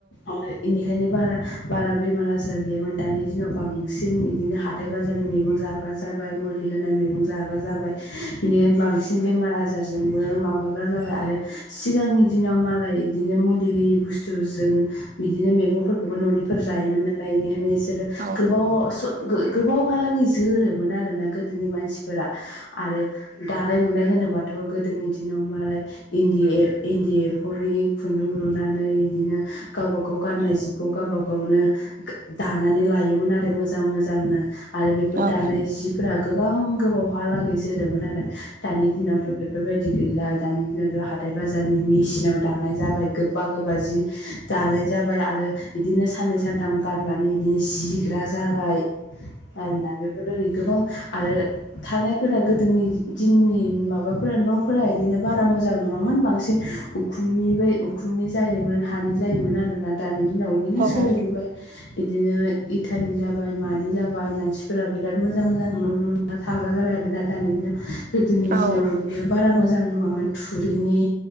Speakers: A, on the left; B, on the right.
A: आरो इनिखायनो बारा बारा बेमार आजार गैयामोन दानि दिनाव बांसिन इदिनो हा थाय बाजारनि मैगं जाग्रा जा बाय मुलि होनाय मैगं जाग्रा जाबाय बिनिखायनो बांसिन बेमार आजार जोंबो माबाग्रा जाबाय आरो सिगांनि दिनाव मालाय इदिनो मुलि होयि बुस्तुजों बिदिनो मेगंफोरखौबो न'निफोर जायोमोन नालाय इनिखायनो इसोरो
B: औ
A: गोबाव अ स गो-गोबावहालागै जोरोमोन आरोना गोदोनि मानसिफोरा। आरो दानाय लुनाय होनोबाथ' गोदोनि दिनाव मालाय इन्दि ए इन्दि एम्फौनि खुन्दुं लुनानै इदिनो गावबा गाव गाननाय जिखौ गावबा गावनो गा दानानै लायोमोन आरो मोजां मोजांनो। आरो बेफोर
B: औ
A: दानाय जिफोरा गोबां गोबावहालागै जोरोमोन आरो दानि दिनावथ' बेफोरबायदि गैला दानि दिनावथ' हाथाय बाजारनि मेसिनाव दानाय जाबाय गोबा गोबा जि दानाय जाबाय आरो बिदिनो साननै सानथाम गानबानो बिदिनो जिग्रा जाबाय ' आरोना बेफोर बायदि। गोबां आरो थानायफोरा गोदोनि दिननि माबाफोर न ' फोरा बिदिनो बारा मोजां नङामोन बांसिन उखुमनि बे उखुमनि जायोमोन हानि जायोमोन आरोना। दानि दिनाव बिदिनो
B: औ
A: सोलायबोबाय बिदिनो इतानि जाबाय मानि जाबाय मानसिफोरा बिराद मो जां मोजां न' लुना थाग्रा जाबाय आरोना दानि दिनाव गोदोनि
B: औ
A: दिनाव बारा मोजां नङामोन थुरिनि